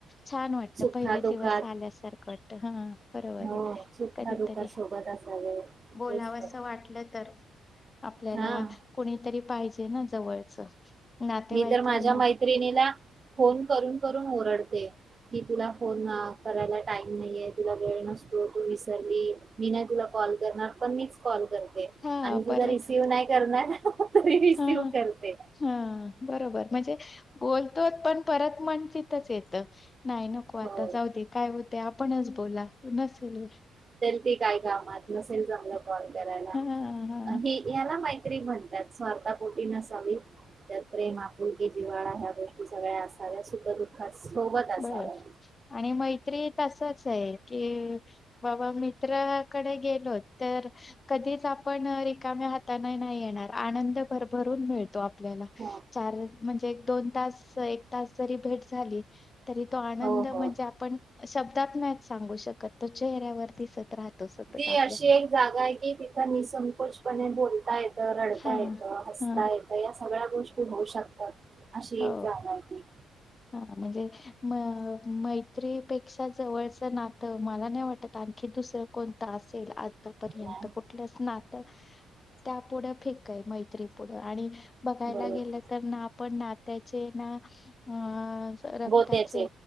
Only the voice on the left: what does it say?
छान वाटत
पहिले
दिवस आल्यासारखं वाटत. हा. बरोबर
आहे
कधीतरी
बोलावं
असं
वाटलं तर, आपल्याला
कुणीतरी पाहिजे. ते ना जवळचं. नातेवाईकांना
हां
परत
हां
हा बरोबर म्हणजे बोलतोच पण परत म्हण तिथंच येत. नाही नको आता
जाऊ दे काय होते आपणच बोला नसेल व
हा हा
बर आणि मैत्री तसच आहे की बाबा मित्राकडे गेलो तर कधीच आपण रिकाम्या हाताने नाही येणार आनंद भरभरून मिळतो. आपल्याला
चार म्हणजे दोन तास एक तास जरी भेट झाली तरी तो आनंद
म्हणजे आपण शब्दात नाहीच सांगू शकत तो चेहऱ्यावरती दिसत राहतो सतत
आपल्या
हा
हा
हो
हा म्हणजे म मैत्रीपेक्ष जवळचं नातं मला नाही वाटत आणखी दुसरं कोणत अस आतापर्यंत
कुठल्याच नात त्यापुढे फेकाय माहिती पुढ आणि बघायला
गेलं तर ना आपण ना त्याचे ना अ रक्ताचे